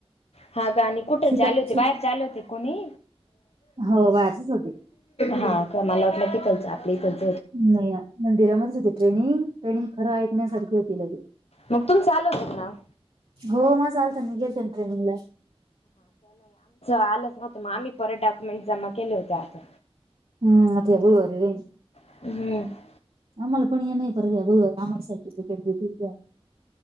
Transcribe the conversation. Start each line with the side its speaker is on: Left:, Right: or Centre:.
Left: हा का? आणि कुठे
Right: शिका
Left: चालू होते?
Right: शिक
Left: बाहेर चालू होते कोणी?
Right: हो बाहेरचेच होते
Left: हा का? मला वाटलं की, <unintelligible> आपले <unintelligible>
Right: नाही ना, मंदिरामध्येच होती ट्रेनिंग. ट्रेनिंग खरं ऐकण्यासारखी होती लगे
Left: मग तुमच आल होत का नाव?
Right: हो माझं आलंत न मी गेलते ना ट्रेनिंगला.
Left: आलच नव्हं. आम्ही परत डाक्युमेंट जमा केले होते आता.
Right: हम्म, आठव्या गुरुवारी व्हय.
Left: <unintelligible>
Right: आम्हाला पण या नाही पर या गुरुवारी आम्हाला सर्टिफिकेट देतील त्या.